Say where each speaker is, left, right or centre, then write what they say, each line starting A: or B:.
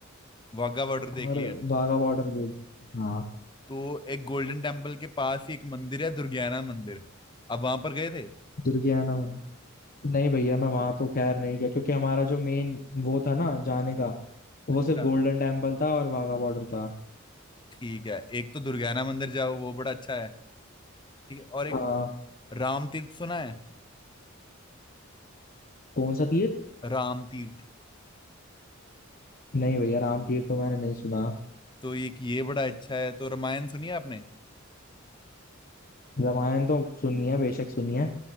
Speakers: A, on the left (about 20°); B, on the left (about 45°).
A: वाघा बॉर्डर
B: और
A: देख लिया
B: वाघा बॉर्डर गई हाँ
A: तो एक गोल्डन टेम्पल के पास ही एक मंदिर है दुर्गियाना मंदिर अब वहां पर गए थे
B: दुर्गियाना में नहीं भैया मैं वहां तो खैर नहीं गया क्योंकि हमारा जो मेन वो था ना जाने का वो
A: अच्छा
B: सिर्फ गोल्डन टेम्पल था और वाघा बॉर्डर था
A: ठीक है एक तो दुर्गियाना मंदिर जाओ वो बड़ा अच्छा है ठीक है और एक
B: आ,
A: राम तीर्थ सुना है
B: कौन सा तीर्थ
A: राम तीर्थ
B: नहीं भैया राम तीर्थ तो मैंने नहीं सुना
A: तो एक ये बड़ा अच्छा है तो रामायण सुनी है आपने
B: रामायण तो सुनी है बेशक सुनी है